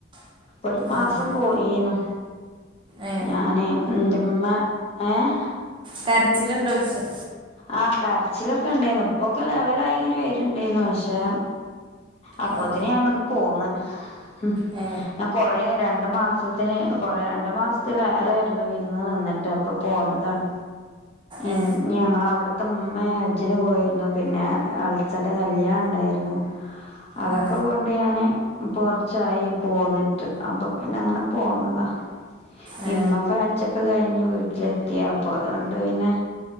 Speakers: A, on the left; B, on the right.
A: ഒരു മാസം
B: അങ്ങനെ
A: പോയീന്ന്
B: ഏ
A: ഞാന് ഇന്റെമ്മ ഏഹ്
B: കരച്ചില്ണ്ടോയ്ച്ചാ
A: ആഹ് കര്ച്ചിലൊക്കെണ്ടേയ്ന്നു ഇപ്പൊക്കെ ലെവലായിങ്ങെനെ വെര്ണ്ടേയ്ന്നു പക്ഷേ അപ്പോത്തിന്
B: ആ
A: ഞാങ്ങെട്ട് പോന്ന് ഹും
B: ഏ
A: ഞാൻ കൊറേ രണ്ട് മാസത്തിന് കൊറേ രണ്ട് മാസ്ത്തിലേറേയ്ര്ന്നു വിരുന്ന് നിന്നിട്ട് അപ്പം പോന്നതാണ്
B: ഏ
A: ഇഞ്ഞ് ഞങ്ങളവ് ട്ത്തെമ്മെ ഹെജ്ജിന് പോയിര്ന്നു പിന്നെ എൾച്ചെന്റെ കല്യാണംണ്ടായ്ര്ന്നു അതൊക്കെ
B: ആ
A: കൊണ്ട് ഞാന് ഇപ്പൊ കൊർച്ചായി പോന്നിട്ട് അപ്പൊ പിന്നങ്ങനെ പോന്നതാ
B: ഏ
A: ഇമ്മപ്പം ഹജ്ജാെക്കെ കയ്ഞ്ഞ് വീട്ട്ലെത്തി അപ്പ അതോണ്ട് പിന്നെ